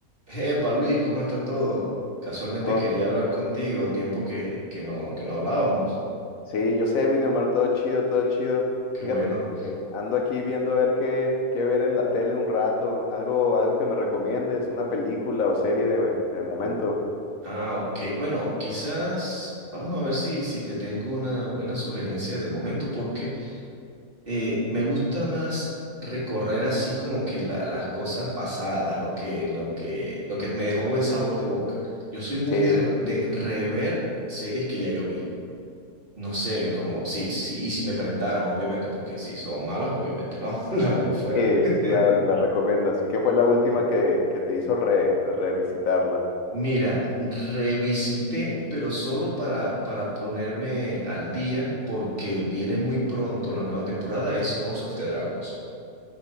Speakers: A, on the right (about 40°); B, on the left (about 65°).
A: Epa, Luis, ¿cómo está todo? Casualmente
B: No,
A: quería hablar contigo, tiempo que, que no, que no hablábamos.
B: sí, yo sé, mi Miniomar, todo chido, todo chido.
A: Qué
B: Fíjate
A: bueno.
B: que ando aquí viendo a ver qué, qué ver en la tele un rato, algo, algo que me recomiendes, una película o serie de, de momento.
A: Ah, ok. Bueno, quizás vamos a ver si, si te tengo una buena sugerencia de momento, porque eh, me gusta más recorrer así como que la- las cosas pasadas, lo que, lo que, lo que me dejó buen sabor de boca. Yo soy muy
B: Sí,
A: de, r- de rever series que ya yo vi. No sé, como, sí, sí, y si me prendaron, obviamente, porque si son malas, obviamente no, <laughs> la dejo fuera.
B: sí,
A: <laughs>
B: pues claro, ni las recomiendas. ¿Qué fue la última
A: Sí.
B: que, que te hizo re- revisitarla?
A: Mira, revisité, pero solo para, para ponerme al día, porque viene muy pronto la nueva temporada, es House of the Dragons.